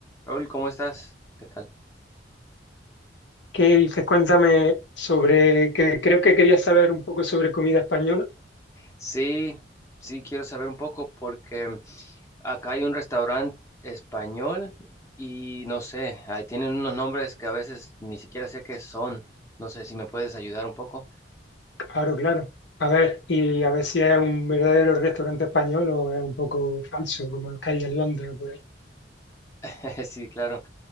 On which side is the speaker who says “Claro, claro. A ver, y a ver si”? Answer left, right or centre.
Left